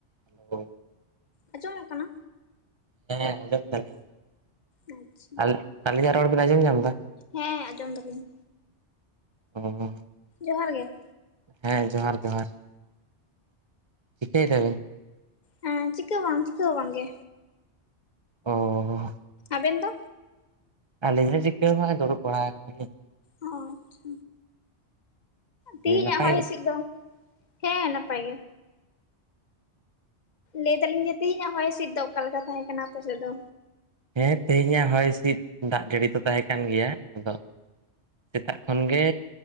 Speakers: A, on the right; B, on the left.
A: Hello
B: ᱟᱸᱡᱚᱢᱚᱜ ᱠᱟᱱᱟ
A: ᱦᱮᱸ ᱦᱮᱸ ᱟᱡᱚᱢ ᱫᱟᱞᱤᱝ
B: ᱟᱪᱪᱷᱟ
A: ᱟ ᱟᱞᱤᱧᱟᱼᱟᱜ ᱨᱚᱲ ᱵᱤᱱ ᱟᱸᱡᱚᱢ ᱧᱟᱢ ᱫᱟ
B: ᱦᱮᱸ ᱟᱸᱡᱚᱢ ᱫᱟᱞᱤᱧ
A: ᱚ
B: ᱡᱚᱦᱟᱨ ᱜᱮ
A: ᱦᱮᱸ ᱡᱚᱦᱟᱨ ᱡᱚᱦᱟᱨ ᱪᱤᱠᱟᱹᱭ ᱫᱟᱵᱮᱱ
B: ᱦᱮᱸ ᱪᱤᱠᱟᱹ ᱦᱚ ᱵᱟᱝ ᱪᱤᱠᱟᱹ ᱦᱚ ᱵᱟᱝ ᱜᱮ
A: ᱚᱻ
B: ᱟᱵᱮᱱ ᱫᱚ
A: ᱟᱹᱞᱤᱜ ᱦᱚ ᱪᱤᱠᱟᱹ ᱦᱚᱸ ᱵᱟᱝ ᱫᱩᱲᱩᱵ ᱵᱟᱲᱟ ᱟᱠᱟᱱᱟᱞᱤᱧ
B: ᱚ ᱟᱪᱪᱷᱟ ᱛᱤᱦᱤᱱᱟᱜ
A: ᱫᱤᱭᱮ ᱱᱟᱯᱟᱭ
B: ᱦᱚᱭ
A: ᱜᱮ
B: ᱦᱤᱥᱤᱫ ᱫᱚ ᱦᱮᱸ ᱱᱟᱯᱟᱭ ᱜᱮ ᱞᱟᱹᱭ ᱫᱟᱞᱤᱝ ᱡᱮ ᱛᱮᱦᱮᱧᱟᱜ ᱦᱚᱭ ᱦᱤᱸᱥᱤᱫ ᱫᱚ ᱚᱠᱟ ᱞᱮᱠᱟ ᱛᱟᱦᱮᱸ ᱠᱟᱱᱟ ᱟᱯᱮᱥᱮᱫ ᱫᱚ
A: ᱦᱮᱸ ᱛᱮᱦᱮᱧᱟᱜ ᱦᱚᱭ ᱦᱤᱸᱥᱤᱫ ᱫᱟᱜ ᱡᱟᱹᱲᱤ ᱫᱚ ᱛᱟᱦᱮᱸ ᱠᱟᱱ ᱜᱮᱭᱟ ᱟᱫᱚ ᱥᱮᱛᱟᱜ ᱠᱷᱚᱱ ᱜᱮ